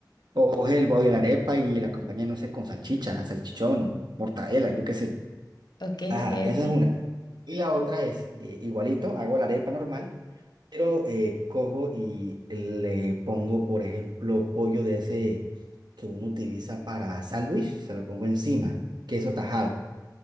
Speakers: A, on the right; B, on the left.
A: O coge el, o la arepa y la acompaña, no sé, con salchicha, salchichón, mortadela, yo qué sé.
B: Ok,
A: Ajá,
B: ok,
A: esa
B: ok.
A: es una. Y la otra es, eh, igualito, hago la arepa normal, pero eh, cojo y le pongo, por ejemplo, pollo de ese que uno utiliza para sándwich, se lo pongo encima, queso tajado,